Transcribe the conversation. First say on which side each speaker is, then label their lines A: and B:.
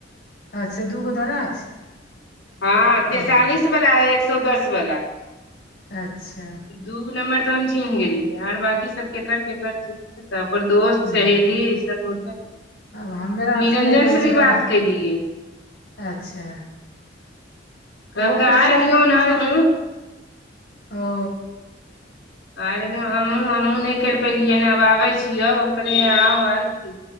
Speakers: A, on the left; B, on the left.
A: अच्छा! दूगो दादा छै।
B: हँ, तेंतालिस
A: ओ
B: वला, एक सए दस वला।
A: अच्छा
B: दूगो नम्बर तऽ हम चिन्ह गेलियै, आर बकी सब केकर- केकर अपन दोस्त, सहेली
A: ओ
B: ई सब होतै।
A: आब हमरा आर
B: निरंजन
A: नहि लगै
B: से
A: छै
B: भी
A: दादा
B: बात केलीयै।
A: अच्छा!
B: कहलकै
A: ओहो कलकै,
B: आ रहलियौन
A: फिर
B: हमहूँ
A: केल ओ
B: आर हमहूँ -हमहूँ नहि करि पेलियै, हन आब आबै छियौ, हम कहलियै आउ आर की।